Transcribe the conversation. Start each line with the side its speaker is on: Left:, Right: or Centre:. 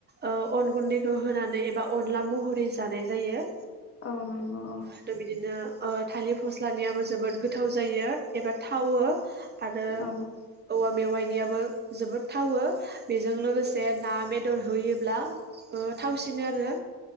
Right: ओ अन गुन्दै। रुहोनानै एबा अनला महरै जानाय जायो।
Left: औ नंगौ औ।
Right: आरो बिदिनो ओ थालिर फस्लानियाबो जोबोद गोथाव जायो एबा थावो। आरो
Left: औ
Right: औवा मेवाइ। ननियाबो जोबोद थावो बेजों लोगोसे ना बेदर होयोब्ला। ओ थावसिनो आरो।